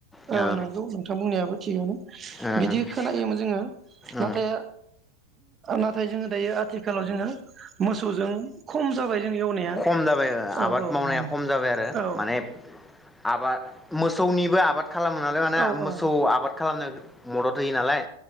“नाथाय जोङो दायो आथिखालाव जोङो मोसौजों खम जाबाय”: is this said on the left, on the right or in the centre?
Right